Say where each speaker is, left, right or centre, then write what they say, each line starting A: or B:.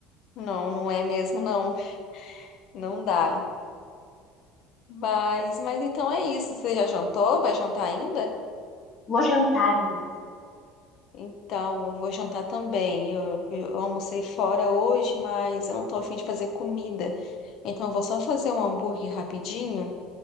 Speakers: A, on the left (about 45°); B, on the left (about 25°).
A: Não, não é mesmo, não. Não dá. Mas, mas então é isso. Você já jantou? Vai jantar ainda?
B: Vou jantar, gente.
A: Então, eu vou jantar também. Eu, eu almocei fora hoje, mas eu não tô afim de fazer comida. Então, eu vou só fazer um hambúrguer rapidinho.